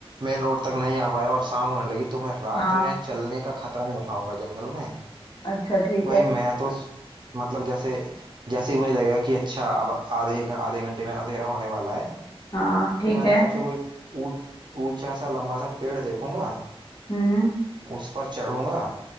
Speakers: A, on the right; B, on the left.
A: मेन रोड तक नहीं आ पाया और शाम होने लगी तो मैं रात
B: हाँ
A: में चलने का खतरा नहीं उठाऊंगा जंगल में
B: अच्छा ठीक
A: तो भाई
B: है
A: मैं तो स- मतलब जैसे जैसे ही मुझे लगेगा कि अच्छा अब आधे घ- आधे घंटे में अंधेरा होने वाला है
B: हाँ ठीक
A: तो मैं
B: है
A: तो सबसे कोई ऊ- ऊंचा सा लंबा सा पेड़ देखूंगा
B: हम्म
A: उस पर चढ़ूंगा